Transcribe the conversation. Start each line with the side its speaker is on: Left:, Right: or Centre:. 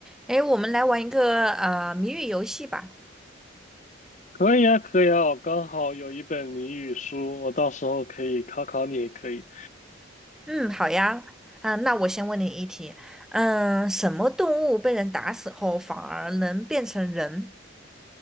Centre: 哎，我们来玩一个呃谜语游戏吧。
Left: 可以啊，可以啊，我刚好有一本谜语书，我到时候可以考考你也可以
Centre: 嗯，好呀。啊，那我先问你一题。嗯，什么动物被人打死后反而能变成人？